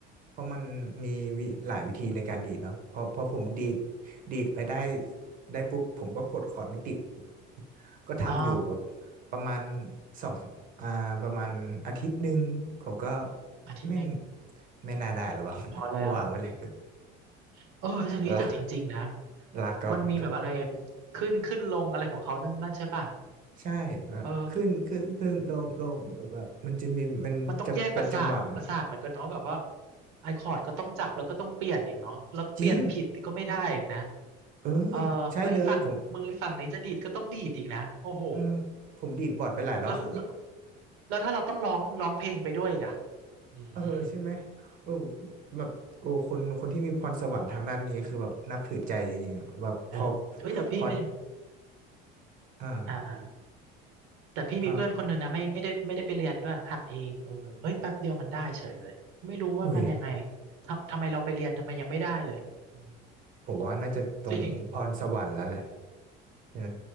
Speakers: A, on the right; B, on the right.
A: เพราะมันมีวิหลายวิธีในการดีดเนาะพอพอผมดีดดีดไปได้ได้ปุ๊บผมก็กดคอร์ดไม่ติด <laughs> ก็ทำอยู่แบบ
B: อ๋อ
A: ประมาณสองอ่าประมาณอาทิตย์หนึ่งผมก็
B: อาทิตย์หนึ่ง
A: ไม่ไม่น่าได้หรอเปล่า <laughs>
B: พอแล้ว
A: ก็วางไว้เลย
B: <laughs> เออจะนี้ยแต่จริงๆนะ
A: <laughs> ลาลาก่อน
B: มันมีแบบอะไรขึ้นขึ้นลงอะไรของเขานั่นนั่นใช่ป่ะ
A: ใช่แบบขึ้นขึ้น
B: เออ
A: ขึ้น ลง ลงแบบมันจะมีมันจะเป็นจังหวะมัน
B: มันต้องแยกประสาทประสาทเหมือนกันเนาะแบบว่าไอคอร์ดก็ต้องจับแล้วก็ต้องเปลี่ยนอีกเนาะแล้วเปลี่ยนผิดก็ไม่ได้อีกนะ
A: จริง เออ
B: เออแล้วไอ้ฝั่งมือฝั่งนี้จะดีดก็ต้องดีดอีกนะโอ้โห
A: ใช่เลย ผมเออผมดีดบอร์ดไปหลายรอบ
B: แล้วแล้ว
A: <laughs>
B: แล้วถ้าเราต้องร้องร้องเพลงไปด้วยอีกอะอืม
A: เออ ใช่ไหมโอ้แบบโอ้คนคนที่มีพรสวรรค์ทางด้านนี้ คือแบบนับถือใจจริงๆอะแบบพอ
B: เออเฮ้ยแต่พี่ไม่
A: พอ อ่า
B: อ่าอ่าแต่พี่มีเพื่อนคนหนึ่งนะไม่ไม่ได้ไม่ได้ไปเรียนด้วยหัดเองเออเฮ้ยแป๊บเดียวมันได้เฉยเลยไม่รู้ว่ามันยังไง
A: อ่าอุ้ย
B: ทำทำไมเราไปเรียนทำไมยังไม่ได้เลยอืม
A: ผมว่าน่าจะตรงพรสวรรค์แล้วแหละ
B: จริง
A: นะ